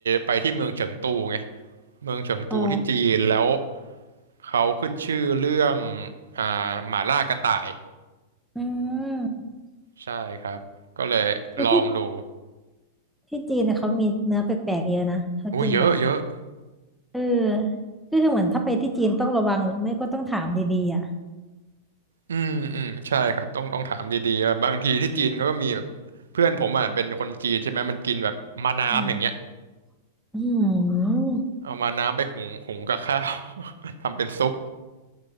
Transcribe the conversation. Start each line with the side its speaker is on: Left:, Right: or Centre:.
Right: ไปที่เมืองเฉิงตูไงเมืองเฉิงตูที่จีนแล้ว
Centre: อ๋อ
Right: เขาขึ้นชื่อเรื่องอ่าหม่าล่ากระต่าย
Centre: อืม
Right: ใช่ครับก็เลยลองดู
Centre: คือที่ที่จีนนะเขามีเนื้อแปลกๆเยอะนะ เขากินแบบ
Right: อุ้ยเยอะเยอะ
Centre: เออคือคือเหมือนถ้าไปที่จีนต้องระวังหรือไม่ก็ต้องถามดีๆอ่ะ
Right: อืมอืมใช่ครับต้องต้องถามดีๆว่าบางทีที่จีนเขาก็มีแบบเพื่อนผมอ่ะเป็นคนจีนใช่ไหมมันกินแบบมาน้ำอย่างเงี้ย
Centre: อืมอืม
Right: เอามาน้ำไปหุงหุงกับข้าว <laughs> ทำเป็นซุป